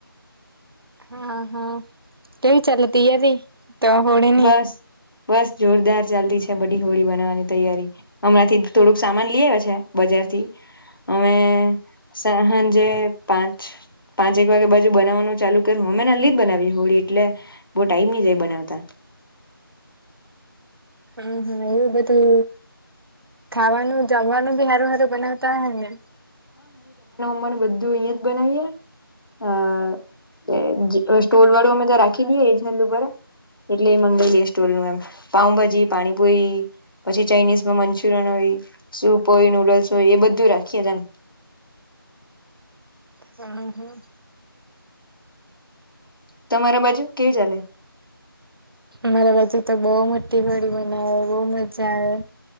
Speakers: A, on the right; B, on the left.
A: હા હા કેવી ચલતી એવી તો હોડીની
B: બસ બસ જોરદાર ચાલતી છે બધી હોળી બનાવાની તૈયારી હમણાંથી થોડુંક સામાન લઈ આવ છે બજાર થી અમે સા હાજે પાંચ પાંચ એક વાગે બાજુ બનાવવાનું ચાલુ કરુ નલી જ બનાવી હોળી એટલે બહુ ટાઈમ જાય બનાવતા
A: હમ એવું બધું ખાવાનું જમવાનું બી હારું હારું બનાતા હોય ને
B: તમારું બધું અહીં જ બનાવીએ અ એ સ્ટોલ વાળું અમે તો રાખી દઈએ એ જલું બરા એટલે એ મંગળ જઈ સ્ટોલ નું એમ પાઉભાજી પાણીપુરી પછી ચાઇનીઝમાં મંચુરિયન હોય સૂપ હોય નુડલ્સ હોય એ બધું રાખીએ રા
A: હા હા
B: તમારા બાજુ કેવ ચાલે
A: મારા બાજુ તો બહુ મોટી હોડી બનાવે બહુ મજા આવે